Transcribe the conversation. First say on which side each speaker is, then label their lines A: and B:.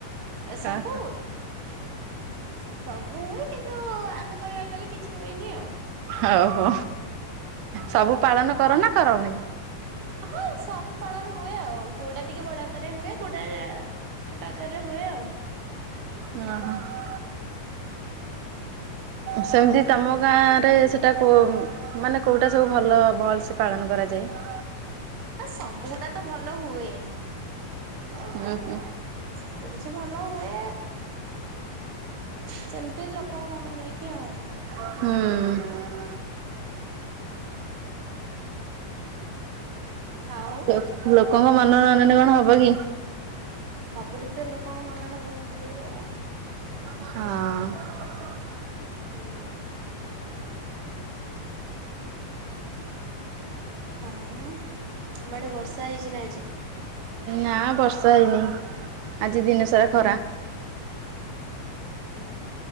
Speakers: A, on the right; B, on the right.
A: ଏ
B: ହଉ
A: ସବୁ ହୁଏ। ସବୁ ହୁଏ କିନ୍ତୁ ଆମେ କହିବାକୁ ଗଲେ କିଛି ହୁଏନି ଆଉ।
B: ଓ ହୋ ସବୁ ପାଳନ କର ନା କରନି?
A: ହଁ ସବୁ ପାଳନ ହୁଏ ଆଉ, କୋଉଟା ଟିକେ ବଡ ଆକାରରେ ହୁଏ। କୋଉଟା ଛୋଟ ଆକାରରେ ହୁଏ ଆଉ।
B: ହୁଁ ହୁଁ।
A: <inaudible>
B: ସେମିତି ତମ ଗାଁ ରେ ସେଟାକୁ ମାନେ କଉଁଟା ସବୁ ଭଲ ଭଲସେ ପାଳନ କରାଯାଏ?
A: ତ ସବୁଗୁଡାକ ତ ଭଲ ହୁଏ।
B: ହୁଁ ହୁଁ।
A: ସବୁ କିଛି ଭଲ ହୁଏ। ସେମିତି ଲୋକଙ୍କ ମନ ନେଇକି ଆଉ।
B: ହୁଁ।
A: ଆଉ
B: ଲୋ ଲୋକଙ୍କ ମନ ନନେଲେ କଣ ହବ କି?
A: ସବୁଠି ତ ଲୋକଙ୍କ ମନ ନବାକୁ ପଡିବ ଆଉ।
B: ହଁ।
A: ହୁଁ। ହୋ ତମ ଆଡେ ବର୍ଷା ହେଇଚି ନା ଆଜି?
B: ନା ବର୍ଷା ହେଇନି ଆଜି ଦିନ ସାରା ଖରା।
A: ଉ ହୁଁ।